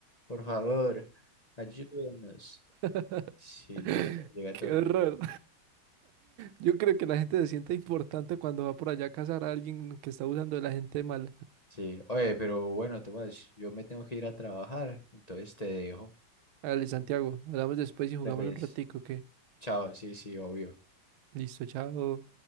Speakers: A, on the left; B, on the right.
A: por favor, ayúdenos.
B: <laughs>
A: Sí, llega, llega
B: Qué
A: todo el
B: horror.
A: mundo.
B: Yo creo que la gente se siente importante cuando va por allá a cazar a alguien que está usando de la gente mala.
A: Sí, oye, pero bueno, Tomás, yo me tengo que ir a trabajar, entonces te dejo.
B: Dale, Santiago, hablamos después y jugamos
A: Dale, Pues,
B: un ratico, que
A: chao, sí, sí, obvio.
B: listo, chao.